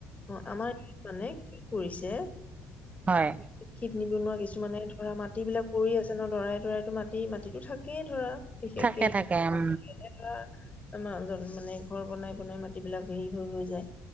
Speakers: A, on the left; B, on the right.
A: অ, আমাৰ সি মানে কি কৰিছে
B: হয়।
A: শিক্ষিত নিবনুৱা কিছুমানে ধৰা মাটি বিলাকে পৰি আছে ন, দৰাই- দৰাইতো মাটি- মাটিতো থাকেই ধৰা বিশেষকে
B: থাকে থাকে উম
A: আমি এনেকে ধৰা আমাৰ মানে ঘৰ বনাই- বনাই মাটিবিলাক হেৰি হৈ- হৈ যায়।